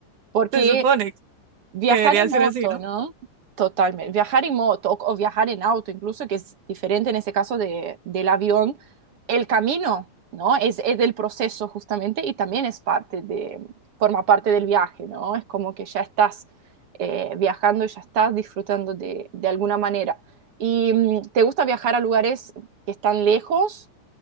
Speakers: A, on the right; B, on the right.
A: Porque
B: se supone
A: Viajar
B: que debería
A: en
B: ser
A: moto,
B: así, ¿no?
A: ¿no? Totalmente. Viajar en moto o, o viajar en auto, incluso, que es diferente en ese caso de, del avión, el camino, ¿no? Es, es del proceso justamente y también es parte de, forma parte del viaje, ¿no? Es como que ya estás eh, viajando y ya estás disfrutando de, de alguna manera. ¿Y mm, te gusta viajar a lugares que están lejos